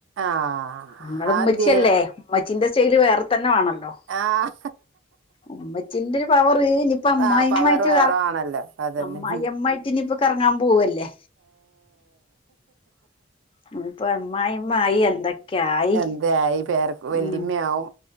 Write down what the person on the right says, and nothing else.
ആഹ്
അതെന്തേ
ആഹ്
ആഹ് പവർ വേറെ ആണല്ലോ അതന്നെ
എന്തെആയി പേര വെല്ലിമ്മയാവും